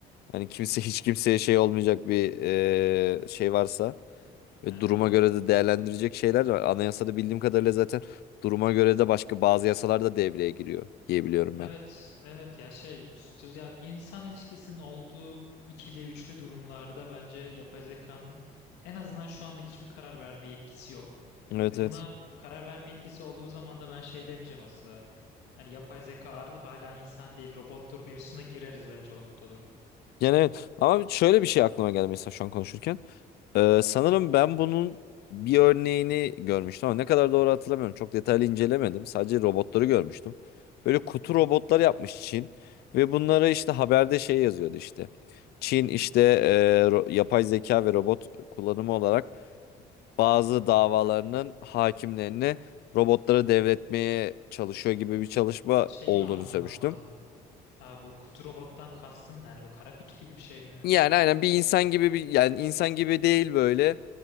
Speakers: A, on the left; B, on the left.
A: Hani kimse hiç kimseye şey olmayacak bir eee, şey varsa. Ve
B: <laughs>
A: duruma göre de değerlendirecek şeyler de var. Anayasada bildiğim kadarıyla zaten duruma göre de başka bazı yasalar da devreye giriyor diye biliyorum
B: Evet,
A: ben.
B: evet ya şey ya insan ilişkisinin olduğu ikili üçlü durumlarda bence yapay zekanın en azından şu anda hiçbir karar verme yetkisi yok.
A: Evet
B: Ve
A: evet.
B: buna karar verme yetkisi olduğu zaman da ben şey demeyeceğim aslında. Hani yapay zeka ar- hala insan değil robottur mevzusuna gireriz bence o noktada.
A: Yani evet ama şöyle bir şey aklıma geldi mesela şu an konuşurken. Ee, sanırım ben bunun bir örneğini görmüştüm ama ne kadar doğru hatırlamıyorum. Çok detaylı incelemedim. Sadece robotları görmüştüm. Böyle kutu
B: Hı hı.
A: robotlar yapmış Çin ve bunlara işte haberde şey yazıyordu işte. Çin işte e, ro- yapay zeka ve robot kullanımı olarak bazı davalarının hakimlerini robotlara devretmeye çalışıyor gibi bir çalışma
B: Şeyi
A: olduğunu
B: anlamadım.
A: söylemiştim.
B: Aa, bu kutu robottan kastın ne? yani bu kara kutu gibi bir şey mi?
A: Yani aynen bir insan gibi bir yani insan gibi değil böyle.